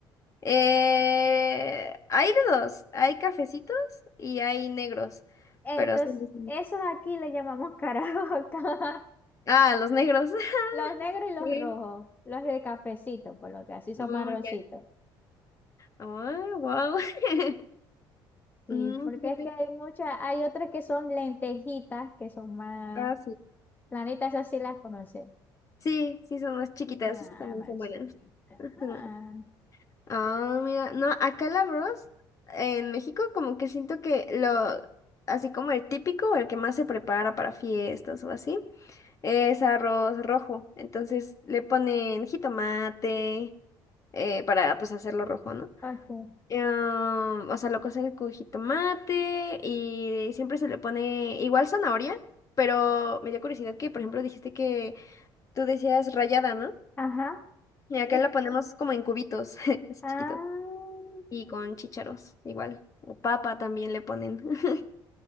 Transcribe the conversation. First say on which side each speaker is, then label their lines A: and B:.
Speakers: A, on the left; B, on the left.
A: Eh, hay de dos, hay cafecitos y hay negros,
B: Entonces,
A: pero son los
B: esos aquí le llamamos caraotas. <laughs>
A: Ah, los negros. <laughs>
B: Los negros y los
A: Sí.
B: rojos. Los de cafecito, por lo que así son
A: Mm,
B: marroncitos.
A: ya. Ay, wow. <laughs>
B: Sí,
A: Mm,
B: porque
A: fíjate.
B: es que hay muchas, hay otras que son lentejitas, que son más
A: Ah, sí.
B: planitas, esas sí las conoces
A: Sí, sí, son más chiquitas,
B: Ah,
A: esas también
B: más
A: son buenas.
B: chiquita.
A: Ajá.
B: Ah,
A: Ah, mira, no, acá el arroz en México como que siento que lo, así como el típico o el que más se prepara para fiestas o así, es arroz rojo. Entonces le ponen jitomate eh, para pues hacerlo rojo, ¿no?
B: Ok.
A: Em, o sea, lo cocen con jitomate y siempre se le pone igual zanahoria, pero me dio curiosidad que, por ejemplo, dijiste que tú decías rallada ¿no?
B: Ajá.
A: Y acá
B: Y es-
A: la ponemos como en cubitos, <laughs> así
B: ah,
A: chiquitos, y con chícharos, igual. O papa también le ponen. <laughs>